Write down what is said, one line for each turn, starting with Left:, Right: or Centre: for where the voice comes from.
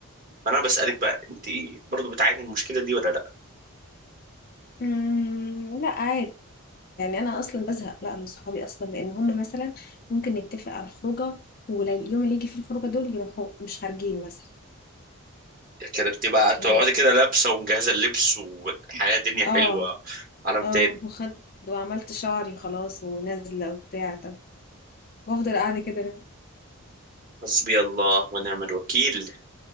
Right: فانا بسألك بقى انت برضو بتعاني من المشكلة دي ولا لا
Left: مم، لا عادي يعني انا اصلا بزهق لا من صحابي اصلا لان هم مثلا ممكن نتفق على الخروجة واليوم اللي يجي فيه الخروجة دول يروحوا مش خارجين مثلا
Right: يعني انت بقى تقعدي
Left: دي المشكلة
Right: كده لابسة ومجهزة اللبس والحياة دنيا حلوة
Left: اه
Right: عالم
Left: اه
Right: تاني
Left: وخدت وعملت شعري خلاص ونازلة وبتاع طب وافضل قاعدة كده ليه؟
Right: حسبي الله ونعم الوكيل